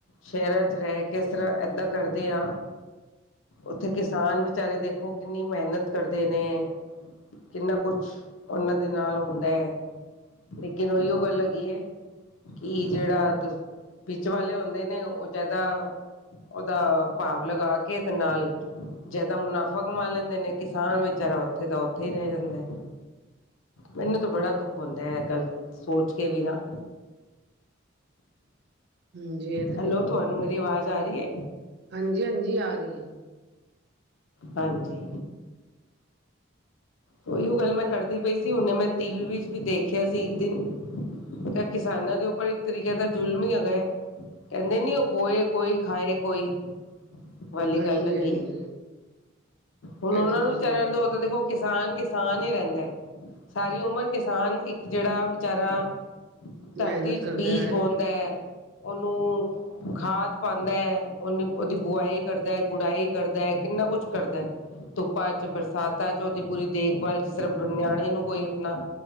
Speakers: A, on the left; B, on the right.
A: ਸ਼ਹਿਰਾਂ ਚ ਰਹਿ ਕੇ ਤਰ੍ਹਾਂ ਏਦਾਂ ਕਰਦੇ ਹ ਉੱਥੇ ਕਿਸਾਨ ਵਿਚਾਰੇ ਦੇਖੋ ਕਿੰਨੀ ਮਿਹਨਤ ਕਰਦੇ ਨੇ। ਕਿੰਨਾ ਕੁਛ ਉਹਨਾਂ ਦੇ ਨਾਲ ਹੁੰਦਾ ਹੈ। ਲੇਕਿਨ ਉਹੀ ਉਹ ਗੱਲ ਹੈਗੀ ਹੈ। ਕਿ ਜਿਹੜਾ ਵਿੱਚ ਵਾਲੇ ਹੁੰਦੇ ਨੇ ਉਹ ਜਿਆਦਾ। ਉਹਦਾ ਭਾਵ ਲਗਾ ਕੇ ਤੇ ਨਾਲ। ਜਿਆਦਾ ਮੁਨਾਫ਼ਾ ਕਮਾ ਲੈਂਦੇ ਨੇ ਕਿਸਾਨ ਵਿਚਾਰਾ ਉੱਥੇ ਤਾਂ ਉੱਥੇ ਹੀ ਰਹਿ ਜਾਂਦਾ ਹੈ ਮੈਨੂੰ ਤਾਂ ਬੜਾ ਦੁੱਖ ਹੁੰਦਾ ਹੈ ਗੱਲ ਸੋਚ ਕੇ ਵੀ ਨਾ
B: ਹਮਜੀ
A: ਹੈਲੋ ਤੁਹਾਨੂੰ ਮੇਰੀ ਆਵਾਜ਼ ਆ ਰਹੀ ਹੈ
B: ਹਾਂਜੀ ਹਾਂਜੀ ਆ ਰਹੀ ਹੈ
A: ਹਾਂਜੀ ਉਹੀਓ ਗੱਲ ਮੈਂ ਕਰਦੀ ਪਈ ਸੀ ਉਹਨੇ ਮੈਂ ਟੀ ਵੀ ਵਿੱਚ ਵੀ ਦੇਖਿਆ ਸੀ ਇੱਕ ਦਿਨ ਕ ਕਿਸਾਨਾਂ ਦੇ ਉੱਪਰ ਇੱਕ ਤਰੀਕਾ ਤਾਂ ਜ਼ੁਲਮ ਹੀ ਹੈਗਾ ਹੈ ਕਹਿੰਦੇ ਨੀ ਉਹ ਬੋਏ ਕੋਈ ਖਾਏ ਕੋਈ ਵਾਲੀ
B: ਹਾਂਜੀ-ਹਾਂਜੀ
A: ਗੱਲ ਲੱਗੀ ਹੈ ਹੁਣ
B: ਇਹ
A: ਉਹਨਾਂ
B: ਤੇ ਤੁਸੀਂ
A: ਨੂੰ ਚਰਨ
B: ਬਿਲਕੁਲ
A: ਦੋ
B: ਸਹੀ
A: ਤਾਂ ਦੇਖੋ ਕਿਸਾਨ ਕਿਸਾਨ ਹੀ ਰਹਿੰਦਾ ਹੈ ਸਾਰੀ ਉਮਰ ਕਿਸਾਨ ਇੱਕ ਜਿਹੜਾ ਵਿਚਾਰਾ ਧਰਤੀ
B: ਮਿਹਨਤ ਕਰਦਾ
A: ਚ ਬੀਜ
B: ਹੈ
A: ਬਹਤ ਹੈ ਉਹਨੂੰ ਖਾਦ ਪਾਉਂਦਾ ਹੈ ਉਹਨੂੰ ਉਹਦੀ ਬੁਆਈ ਕਰਦਾ ਹੈ ਗੁਡਾਈ ਕਰਦਾ ਹੈ ਕਿੰਨਾ ਕੁਛ ਕਰਦਾ ਧੁੱਪਾ ਚ ਬਰਸਾਤਾਂ ਚ ਉਹਦੀ ਪੂਰੀ ਦੇਖਭਾਲ ਜਿਸ ਤਰ੍ਹਾਂ ਨਿਆਣੇ ਨੂੰ ਕੋਈ ਆਪਣਾ